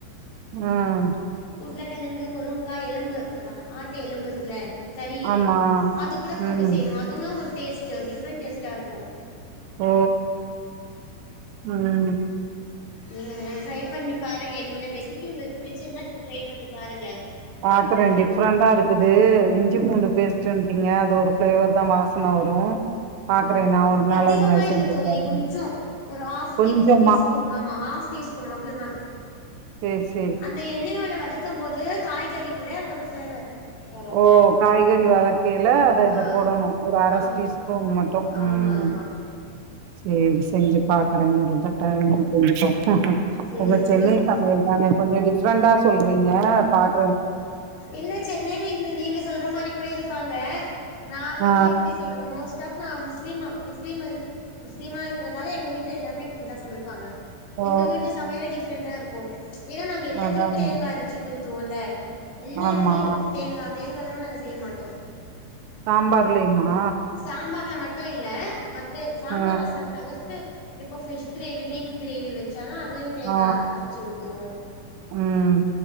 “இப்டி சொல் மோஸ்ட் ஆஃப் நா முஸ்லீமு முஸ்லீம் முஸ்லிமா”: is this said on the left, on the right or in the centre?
Left